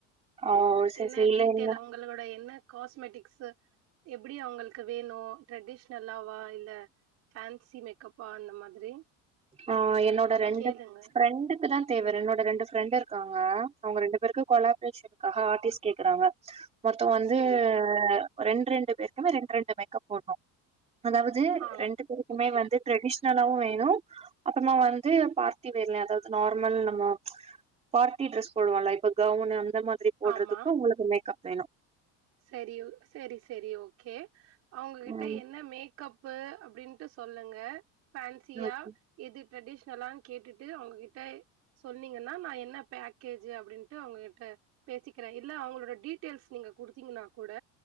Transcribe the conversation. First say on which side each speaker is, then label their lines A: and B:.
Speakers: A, on the right; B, on the right.
A: ஆ செரி
B: என்ன
A: செரி இல்ல
B: டீட்டெயல்
A: இல்ல
B: அவங்களோட என்ன காஸ்மெட்டிக்ஸ் எப்படி அவங்களுக்கு வேணும் ட்ரெடிஷ்னலாவா இல்ல ஃபன்சி மேக்கப்பா அந்த மாதிரி
A: ஆஹ் என்னோட
B: அந்த மாரி
A: ர
B: கேளுங்க
A: ஃப்ரெண்டுக்கு தான் தேவ என்னோட ரெண்டு ஃப்ரெண்ட் இருக்காங்க அவங்க ரெண்டு பேருக்கும் கொலாப்ரேஷனுக்காக ஆர்டிஸ்ட் கேக்குறாங்க மொத்தம் வந்து
B: செரி
A: ஒரு ரெண்டு ரெண்டு பேருக்குமே ரெண்டு ரெண்டு மேக்கப் போடணும் அதாவது
B: ஆ
A: ரெண்டு பேருக்குமே
B: ஓகே
A: வந்து ட்ரெடிஷன் நல்லாவும் வேணும் அப்புறமா வந்து பார்ட்டி வேர்ல அதாவது நார்மல் நம்ம பார்ட்டி ட்ரெஸ் போடுவம்ல இப்ப கவுன் அந் ந்த மாதிரி போடுறதுக்கும்
B: ஆமா
A: உங்களுக்கு மேக்கப் வேணும்
B: சரி சரி சரி ஓகே அவங்ககிட்ட
A: ம்.
B: என்ன மேக்கப் ப்பு அப்படின்னுட்டு சொல்லுங்க ஃபேன்சியா
A: ஓகே.
B: எதிர் ட்ரெடிஷ்னலான்னு கேட்டுட்டு அவங்ககிட்ட சொன்னீங்கன்னா நா என்ன பேக்கேஜு அப்படின்ட்டு அவங்ககிட்ட பேசிக்கிறேன் இல்ல அவங்களோட டீட்டெயில்ஸ் நீங்க குடுத்தீங்கன்னா கூட